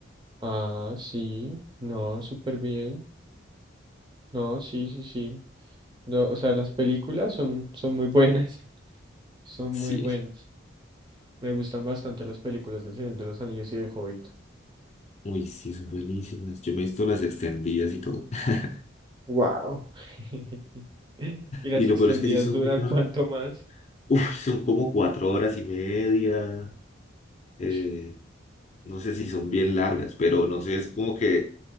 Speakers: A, on the right (about 25°); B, on the left (about 35°).
A: Ah, sí, no, súper bien. No, sí, sí, sí. No, o sea, las películas son, son muy buenas, <laughs> son
B: Sí.
A: muy buenas. Me gustan bastante las películas del Señor de los Anillos y del Hobbit.
B: Uy, sí, son buenísimas. Yo me he visto las extendidas y todo. <laughs>
A: Wow. <laughs> Y las
B: Y lo
A: extendidas
B: peor es que sí son
A: duran
B: muy largas.
A: cuanto más.
B: Uy, son como cuatro horas y media. Eh,
A: Ush.
B: no sé si son bien largas, pero no sé, es como que